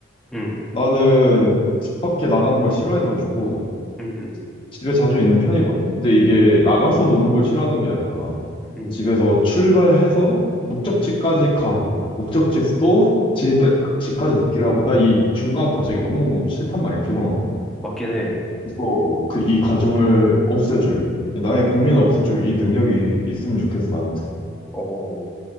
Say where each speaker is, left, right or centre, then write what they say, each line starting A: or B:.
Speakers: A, in the centre; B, on the left.
A: 응,
B: 나는 집 밖에 나가는 걸 싫어해가지고
A: 응, 응,
B: 집에 자주 있는 편이거든? 근데 이게 나가서 노는 걸 싫어하는 게 아니라
A: 응.
B: 집에서 출발해서 목적지까지 가고 목적지에서 또 집에, 집까지 복귀를 하고 나 이 중간 과정이 너무 싫단 말이야, 피곤하고.
A: 맞긴 해.
B: 이거, 그, 이 과정을 없애줄, 나의 고민을 없애줄 이 능력이 있으면 좋겠어, 나한테.
A: 어,